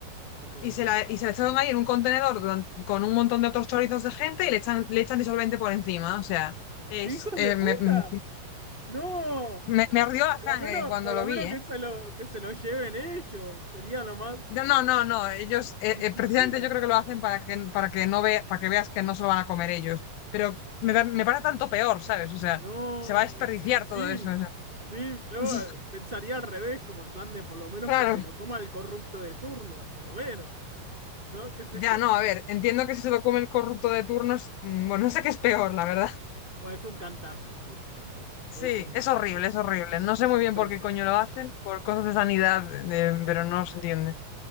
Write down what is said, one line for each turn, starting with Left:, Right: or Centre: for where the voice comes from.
Right: Ok,
Left: Y
Right: ok.
Left: se la, y se la echaron ahí en un contenedor don- con un montón de otros chorizos de gente y le echan, le echan disolvente por encima. O sea, es,
Right: ¡Qué hijos
Left: eh,
Right: de puta!
Left: me- mm,
Right: ¡No!
Left: Me, me ardió la
Right: Por
Left: sangre
Right: lo menos,
Left: cuando
Right: por
Left: lo
Right: lo
Left: vi,
Right: menos
Left: ¿eh?
Right: que se lo, que se lo lleven ellos. Sería lo más.
Left: No, no, no, no, ellos, eh,
Right: Ni
Left: eh,
Right: siquiera.
Left: precisamente yo creo que lo hacen para que, para que no vea, para que veas que no se lo van a comer ellos. Pero me, da- me parece tanto peor, ¿sabes? O sea,
Right: No,
Left: se va a desperdiciar
Right: sí, sí.
Left: todo eso. o sea.
Right: Sí, yo
Left: <laughs>
Right: eh, pensaría al revés, como en plan de por lo menos
Left: Claro,
Right: que se lo coma el corrupto de turno, por lo menos, ¿no? ¿Qué sé
Left: ya
Right: yo?
Left: no, a ver, entiendo que si se lo come el corrupto de turnos, mm, bueno, no sé qué es peor, la verdad.
Right: Bueno, es un cantazo, sí, es un cantazo.
Left: Sí,
Right: Puede ser un cantazo,
Left: es horrible,
Right: pero,
Left: es horrible. No sé muy bien
Right: pero
Left: por
Right: sí.
Left: qué coño lo hacen, por cosas de sanidad, de- pero no se entiende.